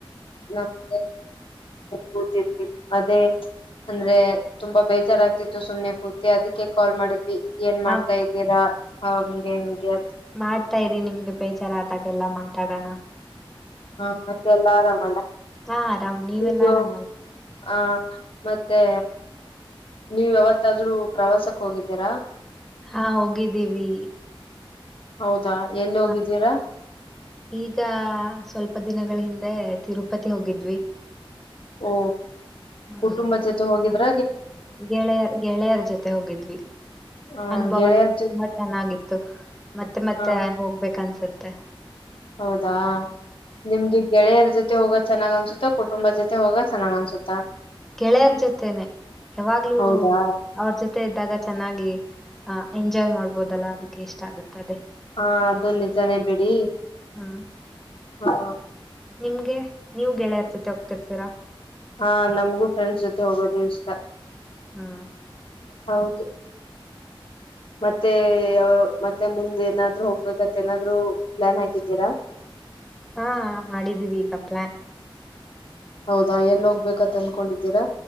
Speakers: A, on the left (about 70°); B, in the centre.
A: ನಮ್ದ ಕೂತಿರ್ ಅದೇ <unintelligible> ಅಂದ್ರೆ ತುಂಬಾ ಬೇಜಾರಾಗಗ್ತಿತ್ತು ಸುಮ್ನೆ ಕೂತಿ ಅದಕ್ಕೆ ಕಾಲ್ ಮಾಡಿದ್ವಿ ಏನ್ ಮಾಡ್ತಾ
B: ಆ
A: ಇದ್ದೀರಾ ಅವಂಗೆ ಹೆಂಗೆ
B: ಮಾಡ್ತಾ ಇರಿ ನಿಮ್ಗೆ ಬೇಜಾರ ಆದಾಗೆಲ್ಲಾ ಮಾತಾಡೋಣ
A: ಹಾ ಮತ್ತೆ ಎಲ್ಲ ಆರಾಮಲ್ಲದು
B: ಹಾ ಆರಾಮ್ ನೀವೆಲ್ಲಾ ಆರಾಮಲ್ಲ
A: ಹ ಮತ್ತೆ ನೀವು ಯಾವತ್ತಾದ್ರೂ ಪ್ರವಾಸಕ್ ಹೋಗಿದ್ದೀರಾ
B: ಹಾ ಹೋಗಿದ್ದೀವಿ
A: ಹೌದಾ ಎಲ್ಲಿ ಹೋಗಿದ್ದೀರಾ
B: ಹ ಈಗ ಸ್ವಲ್ಪ ದಿನಗಳ ಹಿಂದೆ ತಿರುಪತಿ ಹೋಗಿದ್ವಿ
A: ಓ
B: ಹ್ಮ್
A: ಕುಟುಂಬ ಜೊತೆ ಹೋಗಿದ್ರ
B: ಗೆಳೆಯರ್ ಗೆಳೆಯರ ಜೊತೆ ಹೋಗಿದ್ವಿ
A: ಹ
B: ಅನುಭವ
A: ಗೆಳೆಯರ್ ಜೊತೆ
B: ತುಂಬಾ ಚೆನ್ನಾಗಿತ್ತು ಮತ್ತೆ ಮತ್ತೆ
A: ಹ
B: ಯ ಹೋಗ್ಬೇಕ ಅನ್ಸತ್ತೆ
A: ಹೌದಾ ನಿಮ್ಗೆ ಗೆಳೆಯರ ಜೊತೆ ೊ <unintelligible> ಹೋಗ ಚೆನ್ನಾಗ್ ಅನ್ಸುತ್ತಾ ಕುಟುಂಬ ಜತೆ ಹೋಗ ಚೆಾಗ್ ಅನ್ಸುತ್ತಾ
B: ಗೆಳೆಯರ ಜೊತೆನೆ ಯಾವಾಗ್ಲೂ
A: ಹೌದಾ
B: ಅವ್ರ ಜೊತೆ ಇದ್ದಾಗ ಚೆನ್ನಾಗಿ ಹ ಎಂಜಾಯ್ ಮಾಡ್ಬೋದಲ್ಲಾ ಅದಕ್ಕೆ ಇಷ್ಟ ಆಗತ್ತ ಅದೇ.
A: ಹಾ ಅದು ನಿಜಾನೇ ಬಿಡಿ
B: ಹ್ಮ್
A: ಹ.
B: ನಿಮ್ಗೆ ನೀವು ಗೆಳೆಯರ ಜೊತೆ ಹೋಗ್ತಿರ್ತೀರಾ.
A: ಹಾ ನಮಗೂ ಫ್ರೆಂಡ್ಸ್ ಜೊತೆ ಹೋಗೋದ ಇಷ್ಟ.
B: ಹಾ.
A: ಹೌದು ಮತ್ತೆ ಮತ್ತೆ ಮುಂದೆ ಏನಾದ್ರು ಹೋಗ್ಬೇಕತ್ ಏನಾದ್ರು ಪ್ಲಾನ್ ಹಾಕಿದ್ದೀರಾ. <inaudible>
B: ಹಾ ಮಾಡಿದೀವಿ ಈಗ ಪ್ಲಾನ್.
A: ಹೌದಾ ಎಲ್ಲಿ ಹೋಗ್ಬೇಕತ್ ಅನ್ಕೊಂಡಿದ್ದೀರಾ.